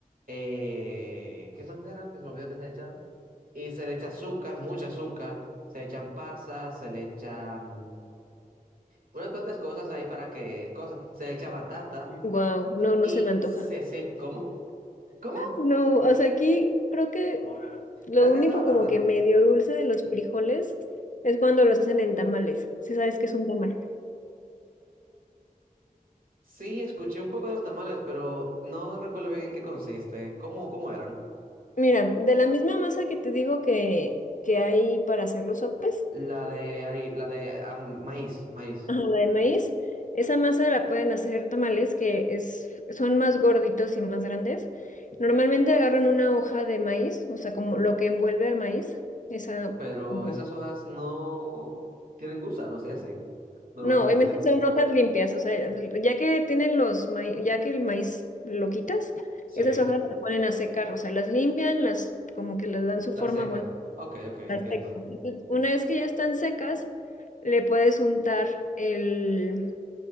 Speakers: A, on the right; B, on the left.
A: eh, ¿qué más eran? Que se me olvidó que se echan. Y se le echa azúcar, mucho azúcar, se echan pasas, se le echan unas cuantas cosas ahí para que... cosas, se le echa batata
B: Wow, no, no
A: y
B: se me antoja.
A: se... se ¿cómo? ¿Cómo?
B: No, o sea, aquí creo que lo
A: ¿Sabes qué
B: único
A: es la batata?
B: como que medio dulce de los frijoles es cuando los hacen en tamales. Si sabes que es un tamal.
A: Sí, escuché un poco de los tamales, pero no recuerdo bien en qué consiste. ¿Cómo, cómo eran?
B: Mira, de la misma masa que te digo que, que hay para hacer los sopes,
A: La de, ari- la de ah, maíz, maíz.
B: ajá, la de maíz, esa masa la pueden hacer tamales que es, son más gorditos y más grandes. Normalmente agarran una hoja de maíz, o sea, como lo que envuelve al maíz, esa
A: Pero
B: como
A: esas hojas no tienen gusanos y así. Normalmente.
B: No, obviamente son hojas limpias, o sea, ya que tienen los maíz, ya que el maíz lo quitas,
A: Sí.
B: esas hojas las ponen a secar, o sea, las limpian, las como que les dan su
A: La
B: forma
A: secan.
B: bonita,
A: Ok, ok, entiendo.
B: las secan. Entonces, Una vez que ya están secas, le puedes untar el,